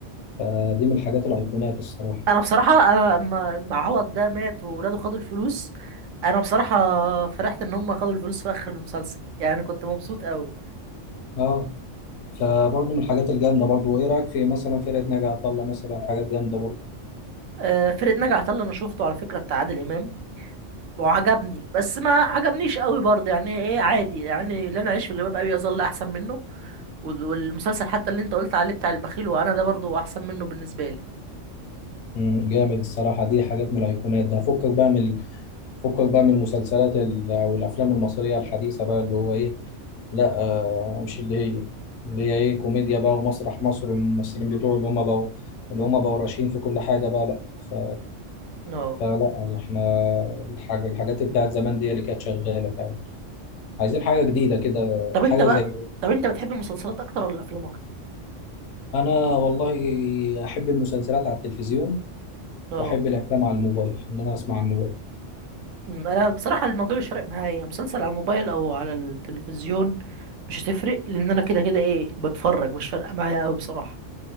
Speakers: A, on the left; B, on the right.
A: فدي من الحاجات الأيقونات الصراحة
B: انا بصراحه انا لما لما عوض ده مات وولاده خدوا الفلوس انا بصراحه فرحت ان هم خدوا الفلوس في اخر المسلسل يعني كنت مبسوط قوي
A: أه فبرضه من الحاجات الجامدة برضه وإيه رأيك في مثلا فرقة ناجي عطا الله مثلا حاجات جامدة برضه
B: آه، فرقه ناجي عطا الله انا شفته على فكره بتاع عادل امام وعجبني بس ما عجبنيش قوي برضه يعني ايه عادي يعني لا انا اعيش في جلباب ابي يظل احسن منه وال- والمسلسل حتى اللي انت قلت عليه بتاع البخيل وانا ده برضه احسن منه بالنسبه لي
A: مم، جامد الصراحة دي حاجات من الأيقونات ده فكك بقى من فكك بقى من المسلسلات ال- أو الأفلام المصرية الحديثة بقى اللي هو إيه لا آه مش اللي هي اللي هي إيه كوميديا بقى ومسرح مصر الممثلين بتوعه اللي هم بقوا اللي هم بقوا راشين في كل حاجة بقى لا ف...
B: اه
A: فلا إحنا الحاجة الحاجات بتاعت زمان دي اللي كانت شغالة فعلا عايزين حاجة جديدة كده
B: طب
A: حاجة
B: انت بقى
A: زي
B: طب انت بتحب المسلسلات اكتر ولا الافلام اكتر
A: أنا والله أحب المسلسلات على التلفزيون
B: اه
A: وأحب الأفلام على الموبايل إن أنا أسمع على الموبايل
B: أمم، انا بصراحه الموضوع مش فارق معايا مسلسل على الموبايل او على التلفزيون مش هتفرق لان انا كده كده ايه بتفرج مش فارقه معايا قوي بصراحه